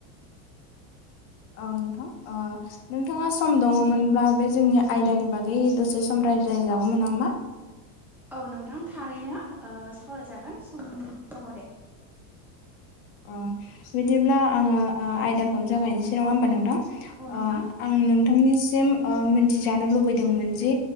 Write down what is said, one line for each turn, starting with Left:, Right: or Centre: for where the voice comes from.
Left: औ नोंथां ओ नोंथाङा सम दङमोनब्ला बे जोंनि आयदानि बागै दसे सम रायज्लायजागौमोन नामा?
Centre: औ नोंथां थारैनो ओ सावरायजागोन सम दङ दे
Left: अ बिदिब्ला आङो आयदाखौ जागायनोसै नङा होमबा नोंथां
Centre: औ
Left: आ
Centre: नोंथां
Left: आं नों थांनिसिम ओ मोनथिजानो लुबैदोंमोनजि